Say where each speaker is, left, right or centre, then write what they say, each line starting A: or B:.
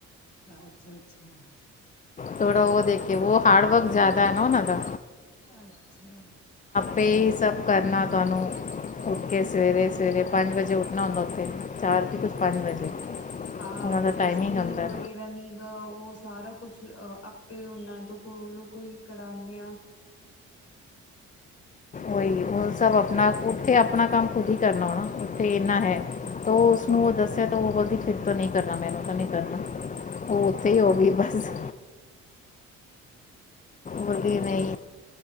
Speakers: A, on the left (about 50°); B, on the left (about 25°).
A: ਹਾ ਅੱਛਾ-ਅੱਛਾ!
B: ਥੋੜਾ ਉਹ ਦੇਖੀ ਉਹ ਹਾਰਡ ਵਰਕ ਜ਼ਿਆਦਾ ਹੈ ਨਾ ਉਹਨਾ ਦਾ।
A: ਅੱਛਾ,
B: ਪੇ ਸਭ ਕਰਨਾ ਤੁਹਾਨੂੰ ਉੱਠ ਕੇ ਸਵੇਰੇ- ਸਵੇਰੇ ਪੰਜ ਵਜੇ ਜੇ ਉਠਣਾ ਹੁਣ ਉਥੇ ਚਾਰ ਕੀ ਕੁਛ ਪੰਜ ਵਜੇ
A: ਹਾਂ
B: ਉਹਨਾਂ ਦਾ
A: ਉੱਧਰ
B: ਟਾਈਮਿੰਗ
A: ਸਕ੍ਰਰੀਨ
B: ਹੁੰਦਾ
A: ਵਗੈਰਾ ਨੀਗਾ ਉਹ ਸਾਰਾ ਕੁਛ ਅ ਆਪੇ ਉਹਨਾਂ ਤੋਂ ਕੋਲੋ ਕੋਈ ਕਰਾਨੇ ਆ।
B: ਉਹੀ ਹੋਰ ਸਭ ਆਪਣਾ ਉੱਥੇ ਆਪਣਾ ਕੰਮ ਖੁਦ ਹੀ ਕਰਨਾ ਹੋਣਾ। ਉੱਥੇ ਇੰਨਾ
A: ਹਾਂਜੀ
B: ਹੈ ਤੋ ਉਸਨੂੰ ਉਹ ਦੱਸਿਆ ਤੋ ਉਹ ਫਿਰ ਤੋ ਨਹੀਂ ਕਰਨਾ ਮੈਨੂੰ ਤਾਂ ਨਹੀਂ ਉਹ ਉਥੇ ਹੀ ਹੋ ਗਈ ਬਸ। ਬੋਲੀ ਨਹੀਂ।